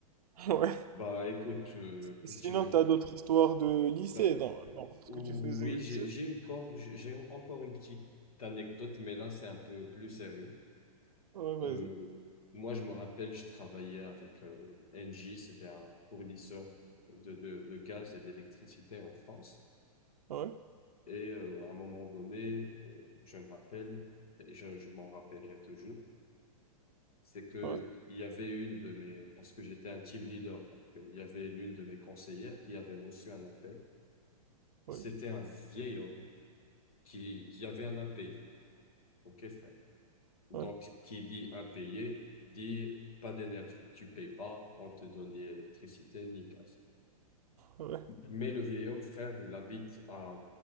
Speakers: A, on the right; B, on the left.
A: <laughs> ouais.
B: Bah, écoute, euh,
A: Sinon,
B: qu'est-ce que tu veux?
A: t'as d'autres histoires de lycée
B: Bah,
A: dans,
B: o-
A: dans ce
B: oui,
A: que tu faisais au lycée?
B: j'ai, j'ai encore, j'ai j'ai encore une petite anecdote, mais là, c'est un peu plus sérieux.
A: Ouais, vas-y.
B: Euh, moi, je me rappelle, je travaillais avec euh, Engie, c'était un fournisseur de, de, de gaz et d'électricité en France.
A: Ouais,
B: Et euh, à un moment donné, euh, je me rappelle, et je, je m'en rappellerai toujours, c'est que
A: ouais,
B: il y avait une de mes, parce que j'étais un team leader, donc, euh, il y avait l'une de mes conseillères qui avait reçu un appel.
A: ouais,
B: C'était un vieil homme qui, qui avait un impayé. OK, frère. Donc,
A: ouais,
B: qui dit impayé, dit pas d'énergie. Tu payes pas, on te donne ni électricité, ni gaz.
A: ouais.
B: Mais le vieil homme, frère, il habite à